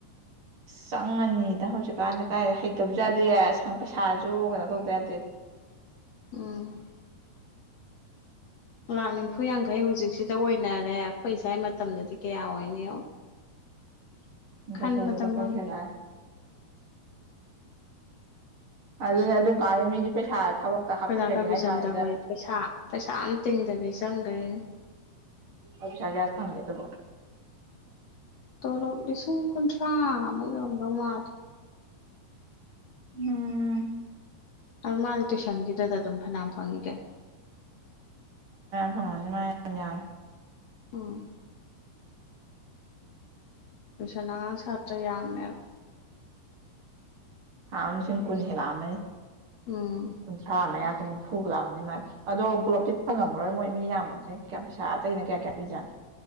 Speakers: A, on the right; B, on the left.
A: ꯆꯪꯉꯅꯤꯗ ꯍꯧꯖꯤꯛꯀꯥꯟꯗꯤ ꯀꯥꯏ ꯍꯩꯇꯕꯁꯨ ꯌꯥꯗꯦ ꯄꯩꯁꯥꯁꯨ <inaudible>
B: ꯎꯝ ꯂꯥꯛ ꯅꯤꯐꯨ ꯌꯥꯡꯈꯩ ꯍꯧꯖꯤꯛꯁꯤꯗ ꯑꯣꯏꯅꯔꯦ ꯑꯩꯈꯣꯏ ꯏꯆꯥꯏ ꯃꯇꯝꯗꯗꯤ ꯀꯌꯥ ꯑꯣꯏꯅꯤ
A: <unintelligible> <inaudible>
B: ꯈꯟꯕꯗ
A: ꯗꯕꯜꯒ ꯗꯕꯒ
B: ꯃꯝ
A: ꯍ ꯑꯗꯨ ꯑꯗꯨꯝ ꯀꯥꯔ ꯃꯤꯗꯤ ꯄꯩꯁꯥ ꯊꯕꯛꯇ ꯍꯥꯞꯄꯤꯔꯒꯦ
B: ꯀꯣꯏꯗꯥ ꯀꯕꯤꯆꯟꯗ
A: ꯍꯥꯏ ꯀꯥꯟꯗꯨꯗ
B: ꯍꯣꯏ ꯄꯩꯁꯥ ꯄꯩꯁꯥ ꯑꯃ ꯇꯤꯡꯗꯕꯤ ꯆꯪꯈ꯭ꯔꯦꯅꯦ
A: ꯑꯗꯨꯗꯨꯁꯒꯦ ꯑꯁ ꯐꯪꯒꯦꯗꯕꯣ
B: ꯇꯂꯞ ꯂꯤꯁꯤꯡ ꯀꯨꯟꯊ꯭ꯔꯥ ꯃ ꯌꯥꯗꯣ ꯃꯥꯜ
A: ꯎꯝ
B: ꯑꯗꯨ ꯃꯥꯗꯤ ꯇꯨꯏꯁꯟꯒꯤꯗꯨꯗ ꯑꯗꯨꯝ ꯐꯅꯌꯥꯝ ꯐꯪꯉꯤꯒꯦ
A: ꯍ ꯃꯥꯏ ꯌꯥ
B: ꯎꯝ ꯇꯨꯏꯁꯟ ꯑꯉꯥꯡ ꯁꯥꯇ꯭ꯔ ꯌꯥꯝꯃꯦꯕ
A: ꯁꯝꯁꯤꯡ ꯀꯨꯟ ꯍꯦ ꯂꯃꯦ
B: ꯎꯝ
A: ꯀꯨꯟ ꯑꯃꯅꯤ ꯀꯨꯟꯊ꯭ꯔꯥ ꯀꯨꯟꯣ ꯐꯨꯕꯨ ꯂꯥꯛꯑꯅꯤ ꯃꯥꯗꯣ ꯑꯗꯣ ꯄꯨꯂꯞꯇꯤ ꯐꯪꯉꯝꯃꯔꯣꯏ ꯃꯣꯏ ꯃꯤ ꯌꯥꯝꯕꯅꯤꯅ ꯀꯌꯥ ꯄꯩꯁꯥ ꯑꯇꯩꯅ ꯀꯌꯥ ꯀꯌꯥ ꯄꯤꯖꯥꯅꯤ